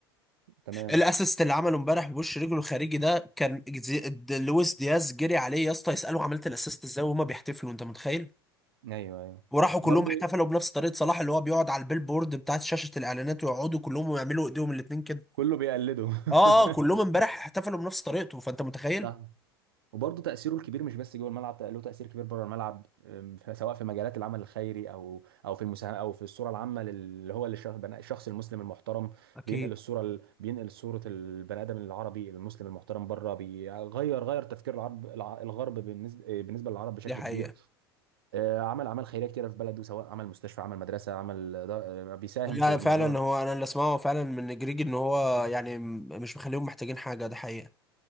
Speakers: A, on the right; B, in the centre.
A: تمام
B: الاسيست اللي عمله امبارح بوش رجله الخارجي ده كان زي- د- لويس دياز جري عليه يا اسطى يساله عملت الاسيست ازاي وهما بيحتفلوا انت متخيل
A: ايوه ايوه
B: وراحوا كلهم
A: برضه
B: احتفلوا بنفس طريقه صلاح اللي هو بيقعد على البيلبورد بتاعت شاشه الاعلانات ويقعدوا كلهم ويعملوا ايديهم الاتنين كده
A: كله بيقلده <laughs>
B: اه اه كلهم امبارح احتفلوا بنفس طريقته فانت متخيل
A: صح وبرضه تأثيره الكبير مش بس جوه الملعب له تأثير كبير بره الملعب أم، ف- سواء في مجالات العمل الخيري او او في المساهمة او في الصورة العامة لل- اللي هو للش- بناء الشخص المسلم المحترم
B: اكيد
A: بينقل الصورة ال- بينقل صورة البني آدم العربي المسلم المحترم بره بيغير غير تفكير العرب الع- الغرب بالنسبة بالنسبة للعرب بشكل
B: دي حقيقة
A: كبير آه، عمل أعمال خيرية كتيرة في بلده سواء عمل مستشفى عمل مدرسة عمل دا- آه، بيساهم
B: لا
A: في
B: فعلا
A: موضوع
B: هو انا اللي اسمعه فعلا من جريج ان هو يعني م- مش مخليهم محتاجين حاجة ده حقيقة